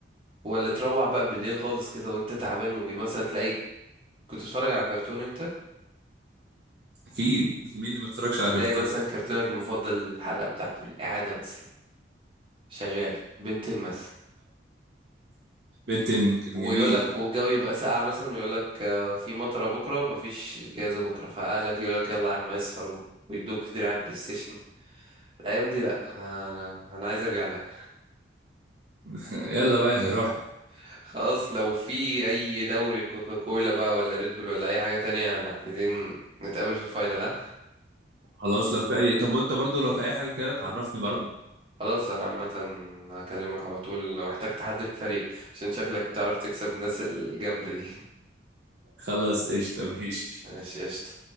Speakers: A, on the right; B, on the right.
A: ولا تروح بقى بالليل خالص كده وانت تعبان ومثلا تلاقي كنت تتفرج على كرتون انت
B: اكيد مين اللي ما اتفرجش على كرتون
A: تلاقي مثلا كرتونك المفضل الحلقه بتاعته الاعاده مثلا شغاله بنتين مثلا
B: بنتين كان
A: ويقول
B: جميل
A: لك والجو يبقى ساقع مثلا ويقول لك آه، في مطره بكره ومفيش جايزه بكره فاهلك يقول لك يلا يا عم اسهر و- ويدوك دراع بلاي ستيشن الايام دي لا انا انا انا عايز ارجع لها
B: <laughs> يلا بقى هي راحت
A: <laughs> خلاص لو في اي دوري كوكاكولا بقى ولا ريد بول ولا اي حاجه تانية انا عايزين نتقابل في الفاينل ها
B: خلاص لو في اي طب وانت برضه لو في اي حاجه كده تعرفني برضه
A: خلاص انا عامه هكلمك على طول لو احتجت حد في الفريق عشان شكلك بتعرف تكسب الناس الجامده دي <laughs>
B: خلاص قشطه ماشي
A: ماشي قشطه